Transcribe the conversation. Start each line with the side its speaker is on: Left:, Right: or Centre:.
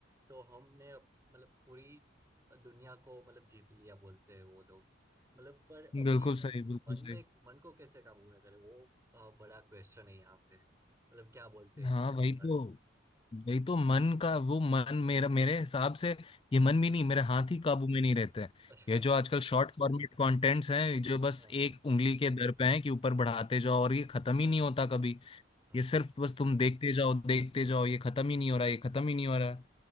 Right: तो हमने अप- मतलब पूरी दुनिया को मतलब जीत लिया बोलते हैं वो लोग मतलब पर अभी
Left: बिल्कुल
Right: हम
Left: सही बिल्कुल
Right: मन
Left: सही
Right: में मन को कैसे काबू में करें वो अ, बड़ा क्वेश्चन है यहाँ पे मतलब क्या बोलते हो
Left: हाँ
Right: तुम
Left: वही
Right: इस बारे
Left: तो
Right: में
Left: वही तो मन का वो मन मेरा मेरे हिसाब से ये मन
Right: हाँ
Left: भी नहीं मेरे हाथ ही काबू में नहीं रहते हैं
Right: अच्छा
Left: ये जो आजकल शॉर्ट फॉर्मेट कंटेंट्स हैं जो बस
Right: हाँ
Left: एक
Right: हाँ
Left: उंगली के दर पे हैं कि ऊपर बढ़ाते जाओ और ये खत्म
Right: हाँ
Left: ही नहीं होता कभी
Right: हाँ
Left: ये सिर्फ
Right: हाँ
Left: बस तुम देखते जाओ देखते जाओ ये खत्म ही नहीं हो रहा ये खत्म ही नहीं हो रहा